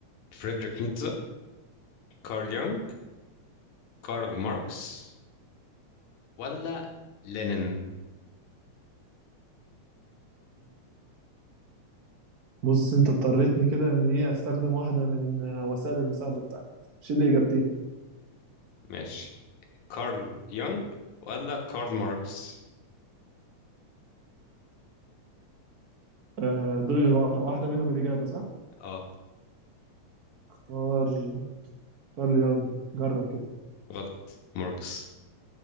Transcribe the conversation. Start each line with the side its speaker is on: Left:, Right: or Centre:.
Left: فريدريك نيتشه كارل يونغ كارل ماركس ولا لينين
Right: بص انت اضطريتني كده ان ايه استخدم واحده من آه، وسائل المساعده بتاعتي شيل لي اجابتين
Left: ماشي كارل يونغ ولا كارل ماركس
Right: آه، دول اللي وا- واحده منهم الاجابه صح
Left: اه
Right: اختار كارل يونغ جرب كده
Left: غلط ماركس